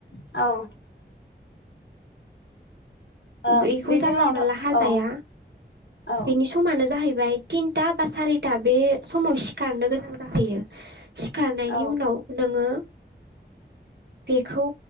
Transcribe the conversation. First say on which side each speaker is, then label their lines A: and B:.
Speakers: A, on the left; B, on the right.
A: औ ओ
B: बेखौ
A: बेनि
B: जानला
A: उनावथ'
B: मानला हाजाया
A: औ औ
B: बेनि समानो जाहैबाय तिनथा बा सारिथा बे समाव सिखारनो गोनां जाहैयो। सिखारनायनि
A: औ
B: उनाव नोङो बेखौ